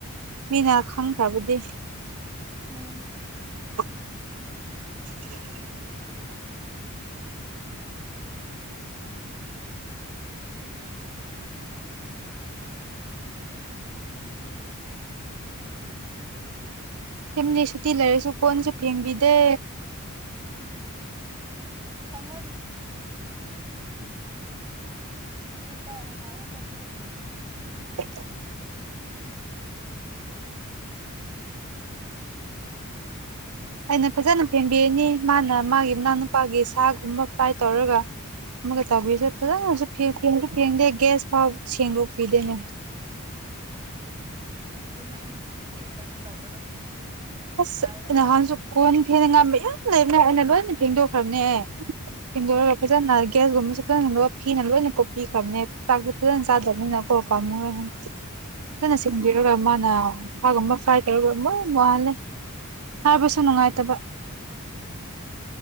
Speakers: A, on the right (about 80°); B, on the right (about 20°).
A: ꯃꯤꯅ ꯈꯪꯈ꯭ꯔꯕꯗꯤ
B: ꯎꯝ
A: <inaudible> <unintelligible> ꯎ <inaudible> <unintelligible> ꯊꯝꯗꯤ ꯁꯨꯇꯤ ꯂꯩꯔꯁꯨ ꯀꯣꯟꯁꯨ ꯐꯦꯡꯕꯤꯗꯦ
B: ꯁꯅꯤ <unintelligible> ꯃꯤ ꯅꯨꯄꯥ ꯎꯅꯔ ꯆꯠꯄꯗꯨꯕꯣ
A: <inaudible> <unintelligible> ꯑꯩꯅ ꯐꯖꯅ ꯐꯦꯡꯕꯤꯅꯤ ꯃꯥꯅ ꯃꯥꯒꯤ ꯃꯅꯥꯎꯅꯨꯄꯥꯒꯤ ꯁꯥꯒꯨꯝꯕ ꯐ꯭ꯔꯥꯏ ꯇꯧꯔꯒ ꯑꯃꯒ ꯇꯧꯕꯤꯁꯦ ꯐꯖꯅꯁꯨꯁꯨ ꯐꯦꯡꯗꯦ ꯒ꯭ꯌꯥꯁ ꯐꯥꯎ ꯁꯦꯡꯗꯣꯛꯄꯤꯗꯦꯅꯦ
B: ꯑꯗꯨꯅꯦ ꯑꯩꯅ ꯈ꯭ꯋꯥꯏꯗꯒꯤ ꯀꯩꯅꯣ ꯇꯧꯕꯗꯣ
A: ꯑꯁ
B: ꯄꯥꯏꯔꯒ
A: ꯅꯍꯥꯟꯁꯨ ꯀꯣꯟꯟ ꯐꯦꯡ ꯒ ꯃꯌꯥꯝ ꯂꯩꯕꯅꯦ ꯑꯩꯅ ꯂꯣꯏꯅ ꯐꯦꯡꯗꯣꯛꯈ꯭ꯔꯕꯅꯦ ꯀꯤꯟ
B: ꯎꯝ
A: ꯗꯣ ꯐꯖꯅꯥ ꯒ꯭ꯌꯥꯁꯒꯨꯝꯕꯁꯦ ꯐꯖꯅ ꯂ ꯐꯤꯅ ꯂꯣꯏꯅ ꯀꯣꯛꯄꯤꯈ꯭ꯔꯕꯅꯦ ꯆꯥꯛꯁꯦ ꯐꯖꯅ ꯆꯥꯗꯕꯅꯤꯅꯀꯣ ꯄꯥꯝꯃꯣꯏ ꯍꯟ
B: ꯎꯝ
A: ꯐꯖꯅꯥ ꯁꯦꯝꯕꯤꯔꯒꯥ ꯃ ꯑ ꯐꯥꯒꯝꯕ ꯐꯥꯏ ꯇꯔꯝꯕ ꯃꯉꯂꯦ <unintelligible> ꯍꯥꯏꯕꯁꯨ ꯅꯨꯡꯉꯥꯏꯇꯕ
B: ꯎꯝ